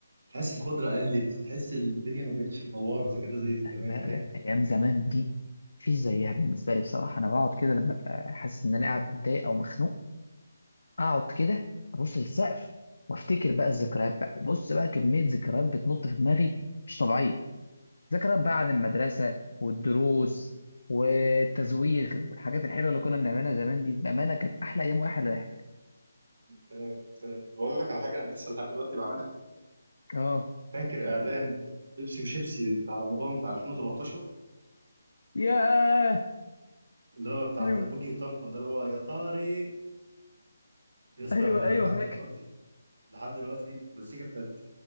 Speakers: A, on the right; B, on the left.
A: تحس الخضره قلت تحس الدنيا ما بقتش منوره زي كده زي زمان
B: لا
A: <laughs> فاهم
B: لا ايام زمان دي مفيش زيها بالنسبه لي بصراحه انا بقعد كده لما ابقى حاسس ان انا قاعد متضايق او مخنوق اقعد كده ابص للسقف وافتكر بقى الذكريات بقى وبص بقى كميه ذكريات بتنط في دماغي مش طبيعيه ذكريات بقى عن المدرسة والدروس والتزويغ والحاجات الحلوة اللي كنا بنعملها زمان دي بأمانة كانت أحلى أيام وأحلى ضحك
A: سلام سلام بقول لك على حاجه انا لسه لحد دلوقتي بعملها
B: اه
A: فاكر اعلان بيبسي وشيبسي بتاع رمضان بتاع 2013
B: ياه
A: اللي هو بتاع
B: ايوه
A: بوجي وطمطم ده اللي هو يا طارق يا اسطى
B: ايوه
A: انا
B: ايوه
A: لحد
B: فاكر
A: دلوقتي لحد دلوقتي المزيكا بتاعت